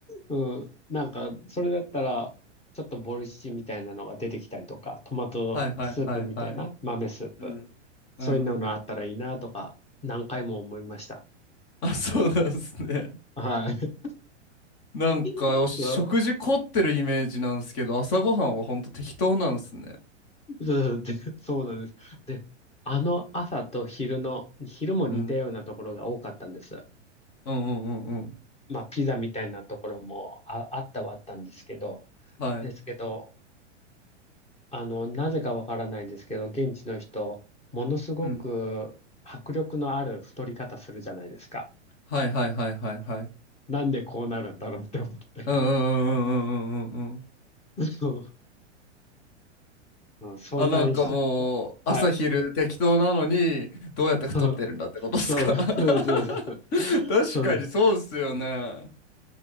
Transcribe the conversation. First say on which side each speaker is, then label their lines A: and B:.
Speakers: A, on the left (about 15°); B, on the left (about 40°).
A: うん。なんか、それだったら、ちょっとボルシチみたいなのが出てきたりとか、トマトスープみたいな、
B: はいはいはいはい。
A: 豆スープ。
B: うん。
A: そういうのがあったらいいなとか、
B: うん。
A: 何回も思いました。
B: あ、そうなんですね。
A: はい。
B: なんか、
A: <laughs>
B: お食事凝ってるイメージなんですけど、
A: そう
B: 朝ごはんはほんと適当なんですね。
A: そうでそうなんです。で、あの朝と昼の、昼も似たようなところが多かったんです。
B: うん。うんうんうんうん。
A: まあ、ピザみたいなところもあ、あったはあったんですけど、
B: はい。
A: ですけど、あの、なぜかわからないんですけど、現地の人、ものすごく迫力のある太り方するじゃないですか。
B: うん。はいはいはいはいはい。
A: なんでこうなるんだろうって思って。
B: うんうんうんうんうんうんうんうん。
A: <laughs> そう、うん、そんな石。
B: あ、なんかもう、朝昼適当なのに、
A: はい。
B: どうやって太ってるんだってことですか
A: <laughs> うんそう、<laughs> そうそうです。
B: <laughs> 確かにそうっすよね。
A: そうです。